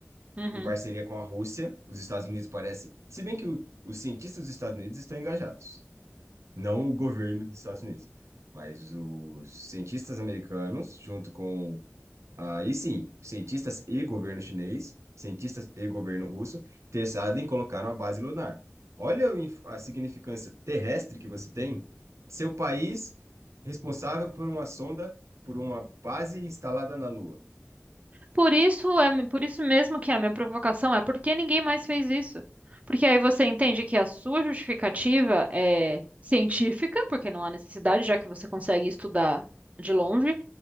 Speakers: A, on the right; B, on the right.
A: uhum.
B: em parceria com a Rússia. Os Estados Unidos parecem. Se bem que o- os cientistas dos Estados Unidos estão engajados, não o governo dos Estados Unidos. Mas os cientistas americanos, junto com Aí sim, cientistas e governo chinês, cientistas e governo russo, interessados em colocar uma base lunar. Olha o inf- a significância terrestre que você tem, seu país responsável por uma sonda, por uma base instalada na Lua.
A: Por isso é, por isso mesmo que é a minha provocação é por que ninguém mais fez isso? Porque aí você entende que a sua justificativa é científica, porque não há necessidade, já que você consegue estudar de longe,